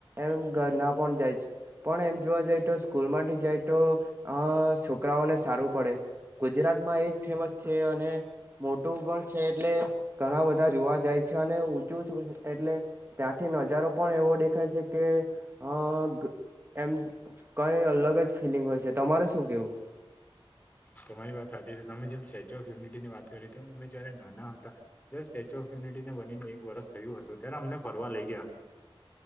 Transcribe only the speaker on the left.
તમારી વાત સાચી છે. તમે જેમ સ્ટેચ્યુ ઓફ યુનિટીની વાત કરી તેમ અમે જ્યારે નાના હતા. જયારે સ્ટેચ્યુ ઓફ યુનિટીને બનીને એક વર્ષ થયું હતું ત્યારે અમને ફરવા લઇ ગયા.